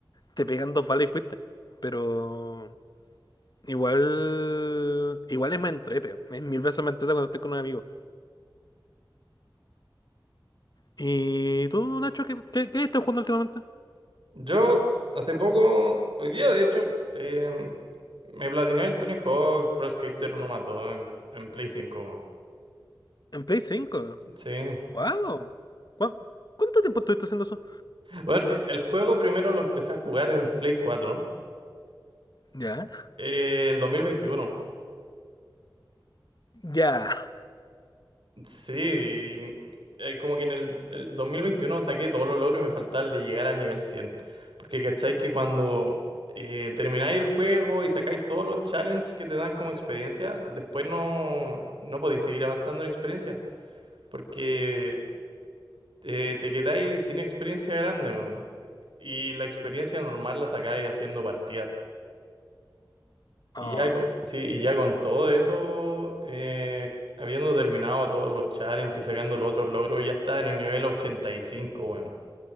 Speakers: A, on the left (about 55°); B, on the right (about 75°).
A: te pegan dos balas y fuiste. Pero. Igual, igual es más entrete, es mil veces más entrete cuando estoy con un amigo. ¿Y tú, Nacho, qué, qué, qué estás jugando últimamente?
B: Yo, hace poco, hoy día de hecho, eh, me platiné el Tony Hawk Pro Skater uno más 2 en, en Play 5 weón.
A: En Play cinco
B: Sí.
A: ¡Wow! ¿Cuán- ¿Cuánto tiempo estuviste haciendo eso?
B: Bueno, e-, el juego primero lo empecé a jugar en Play cuatro
A: ¿Ya?
B: Eh, el dos mil veintiuno
A: Ya.
B: Sí, eh, como que en el, el 2021 saqué todos los logros y me faltaba el de llegar al nivel cien Porque cachai que cuando eh, termináis el juego y sacáis todos los challenges que te dan como experiencia, después no, no podéis seguir avanzando en experiencia. Porque eh, te quedáis sin experiencia grande, weón. Y la experiencia normal la sacáis haciendo partidas. Y
A: Oh,
B: ya con, sí, y ya con todo eso, eh, habiendo terminado todos los challenges y sacando los otros logros, ya estaba en el nivel 85 weón.